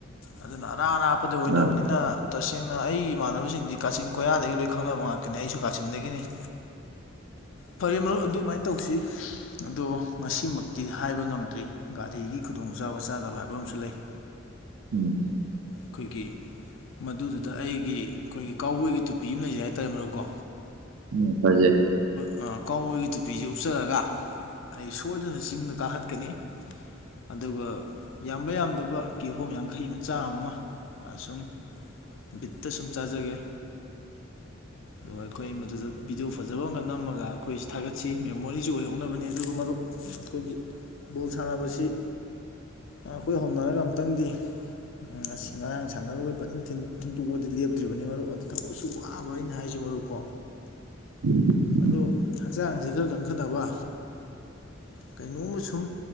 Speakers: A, on the left; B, on the right.
A: ꯑꯗꯨꯅ ꯑꯔꯥꯞ ꯑꯔꯥꯞ ꯄꯗ ꯑꯣꯏꯅꯕꯅꯤꯅ
B: ꯑꯥ
A: ꯇꯁꯦꯡꯅ ꯑꯩꯒꯤ ꯏꯃꯥꯟꯅꯕꯁꯤꯡꯗꯤ ꯀꯥꯆꯤꯟ ꯀꯣꯏꯌꯥꯗꯒꯤ ꯂꯣꯏ ꯈꯪꯅꯕ ꯉꯥꯛꯇꯅꯤ ꯑꯩꯁꯨ ꯀꯥꯆꯤꯟꯗꯒꯤꯅꯤ꯫ <unintelligible> ꯐꯔꯦ ꯃꯔꯨꯞ ꯑꯗꯨꯃꯥꯏꯅ ꯇꯧꯁꯤ ꯑꯗꯣ ꯉꯁꯤꯃꯛꯇꯤ ꯍꯥꯏꯕ ꯉꯝꯗ꯭ꯔꯤ ꯒꯥꯔꯤꯒꯤ ꯈꯨꯗꯣꯡꯁꯨ ꯆꯕ ꯆꯥꯗꯕ ꯍꯥꯏꯕꯝꯁꯨ ꯂꯩ꯫
B: ꯎꯝ
A: ꯈꯣꯏꯒꯤ ꯃꯗꯨꯗꯨꯗ ꯑꯩꯒꯤ ꯑꯩꯈꯣꯏꯒꯤ ꯀꯥꯎꯕꯣꯏꯒꯤ ꯇꯨꯄꯤ ꯑꯃ ꯂꯩꯖꯩ ꯍꯥꯏꯇꯥꯔꯦ ꯃꯔꯨꯞꯀꯣ
B: ꯎꯝ ꯐꯖꯦ
A: ꯑ ꯀꯥꯎꯕꯣꯏꯒꯤ ꯇꯨꯄꯤꯁꯦ ꯎꯞꯆꯔꯒ ꯑꯩ ꯁꯣꯏꯗꯅ ꯆꯤꯡꯗ ꯀꯥꯈꯠꯀꯅꯤ꯫ ꯑꯗꯨꯒ ꯌꯥꯝꯕ ꯌꯥꯝꯗꯕ ꯀꯤꯍꯣꯝ ꯌꯥꯡꯈꯩ ꯃ ꯆꯥꯃ ꯃ ꯁꯨꯝ ꯕꯤꯠꯇ ꯁꯨꯝ ꯆꯥꯖꯒꯦ꯫ ꯑꯗꯨꯒꯈꯣꯏ ꯃꯗꯨ ꯚꯤꯗꯤꯑꯣ ꯐꯖꯕ ꯑꯃꯒ ꯅꯝꯃꯒ ꯑꯩꯈꯣꯏꯁꯤ ꯊꯥꯒꯠꯁꯤ ꯃꯦꯃꯣꯔꯤꯁꯨ ꯑꯣꯏꯍꯧꯅꯕꯅꯤ ꯑꯗꯨꯒ ꯃꯔꯨꯞ ꯑꯩꯈꯣꯏꯒꯤ ꯕꯣꯜ ꯁꯥꯟꯅꯕꯁꯤ ꯑꯩꯈꯣꯏ ꯍꯣꯠꯅꯔꯒ ꯑꯝꯛꯇꯪꯗꯤ ꯎ ꯉ ꯉꯔꯥꯡ ꯁꯥꯟꯅꯔꯨꯣꯏ ꯐꯖꯅ ꯊꯤꯟꯗꯣꯛꯑꯗꯤ ꯂꯦꯞꯇ꯭ꯔꯤꯕꯅꯤ ꯃꯔꯨꯞ ꯑꯗꯨ ꯊꯕꯛꯁꯨ ꯋꯥꯕ ꯑꯩꯅ ꯍꯥꯏꯖ ꯃꯔꯨꯀꯣ
B: ꯎꯝ
A: ꯑꯗꯨ ꯍꯛꯆꯥꯡ ꯑꯁꯤ ꯈꯔ ꯀꯟꯈꯠꯅꯕ ꯀꯩꯅꯣꯝꯃ ꯁꯨꯝ